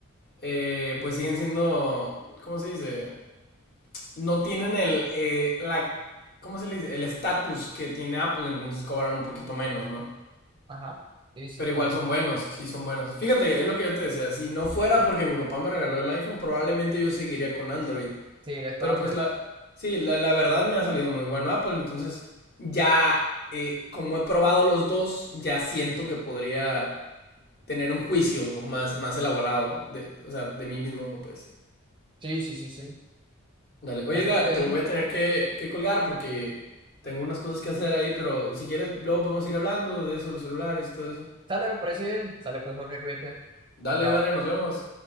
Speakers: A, on the left; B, on the right.
A: eh, pues siguen siendo, ¿cómo se dice? No tienen el, eh, la, ¿cómo se le dice? El estatus que tiene Apple, entonces cobran un poquito menos, ¿no?
B: Ajá. Sí, sí,
A: Pero
B: claro
A: igual son
B: que sí.
A: buenos, sí son buenos. Fíjate, es lo que yo te decía, si no fuera porque mi papá me regaló el iPhone, probablemente yo seguiría con Android.
B: Seguirías con
A: Pero
B: Android.
A: pues la, sí, la, la verdad me ha salido muy bueno Apple, entonces ya eh, como he probado los dos, ya siento que podría tener un juicio más, más elaborado, de, o sea, de mí mismo, pues.
B: Sí, sí, sí, sí.
A: Dale. Oye,
B: Bastante
A: Edgar,
B: bien.
A: te voy a tener que, que colgar porque tengo unas cosas que hacer ahí, pero si quieres, luego podemos ir hablando de eso, los celulares y todo eso.
B: Sale, me parece bien. Sale, pues, Jorge, cuídate.
A: Dale,
B: Chao.
A: dale, nos vemos.